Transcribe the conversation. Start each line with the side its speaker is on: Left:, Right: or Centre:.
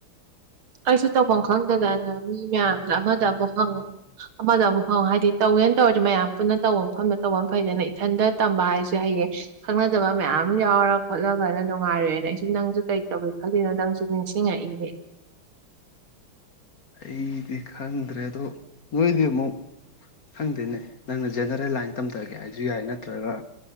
Right: ꯑꯩꯁꯨ ꯇꯧꯐꯝ ꯈꯪꯗꯗꯅ ꯃꯤ ꯃꯌꯥꯝꯗ ꯑꯃꯗ ꯑꯃꯨꯛ ꯍꯪ ꯑꯃꯗ ꯑꯃꯨꯛ ꯍꯪꯉ ꯍꯥꯏꯗꯤ ꯇꯧꯒꯦꯅ ꯇꯧꯔꯗꯤ ꯃꯌꯥꯝ ꯄꯨꯟꯅ ꯇꯧꯕ ꯃꯐꯝꯗ ꯇꯧꯕꯐꯝ ꯐꯩꯗꯅ ꯏꯊꯟꯗ ꯇꯝꯕ ꯍꯥꯏꯁꯦ ꯍꯌꯦꯡ ꯈꯪꯅꯗꯕ ꯃꯌꯥꯝ ꯌꯥꯎꯔ ꯈꯣꯠꯂꯒꯅ ꯅꯨꯡꯉꯥꯏꯔꯑꯦꯅ ꯑꯩꯁꯨ ꯅꯪꯁꯨ ꯀꯩ ꯇꯧꯒꯦ ꯈꯪꯗꯦꯅꯣ ꯅꯪꯁꯨ ꯅꯤꯡꯁꯤꯡꯉꯛꯏꯅꯦ
Left: ꯑꯩꯗꯤ ꯈꯪꯗ꯭ꯔꯦ ꯑꯗꯣ ꯅꯣꯏꯗꯤ ꯑꯃꯨꯛ ꯈꯪꯗꯦꯅꯦ ꯅꯪꯅ ꯖꯦꯅꯔꯦꯜ ꯂꯥꯏꯟ ꯇꯝꯊꯒꯦ ꯍꯥꯏꯁꯨ ꯌꯥꯏ ꯅꯠꯇ꯭ꯔꯒ